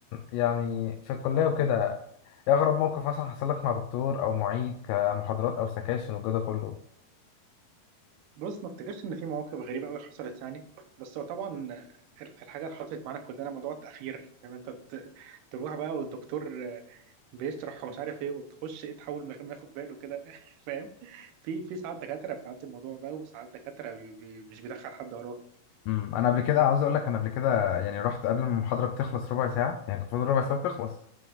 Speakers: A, on the left; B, on the right.
A: يعني في الكلية وكده ايه اغرب موقف مثلا حصل لك مع دكتور او معيد كمحاضرات او سكاشن وكده كله
B: بص ما افتكرش ان في مواقف غريبه قوي حصلت يعني بس هو طبعا الحاجه اللي حصلت معانا كلنا موضوع التاخير فاهم انت ت- تروح بقى والدكتور بيشرح ومش عارف ايه وتخش ايه تحاول من غير ما ياخد باله كده <laughs> فاهم في في ساعات دكاتره بتعدي الموضوع ده وساعات دكاتره بي- بي- مش بيدخل حد وراه
A: امم انا قبل كده عاوز اقول لك انا قبل كده يعني رحت قبل ما المحاضرة بتخلص ربع ساعة يعني كان المفروض ربع ساعة بتخلص